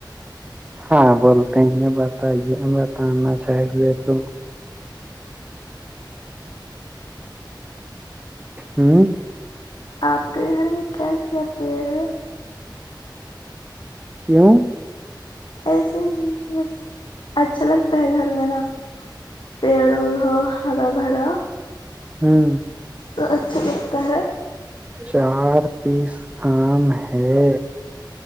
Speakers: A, on the right; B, on the left.
A: ہاں بولتے ہیں بتائیے بتانا چاہیے تو ہوں
B: آپ کے گھر میں کیا کیا پیڑ ہے
A: کیوں
B: ایسے ہی بس اچھا لگتا ہے گھر میں نا پیڑ اڑ ہو ہرا بھرا
A: ہوں
B: تو اچھا لگتا ہے
A: چار پیس آم ہے